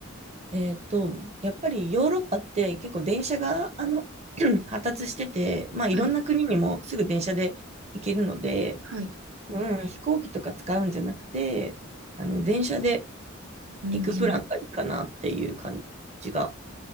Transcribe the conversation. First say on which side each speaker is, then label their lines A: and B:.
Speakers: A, on the right; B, on the right.
A: えっと、やっぱりヨーロッパって結構電車があの <clears throat> 発達してて、まあ、いろんな国にもすぐ電車で行けるので、
B: はい、はい。
A: うん、飛行機とか使うんじゃなくて、あの電車で
B: うんうん。
A: 行くプランがいいかなっていう感じが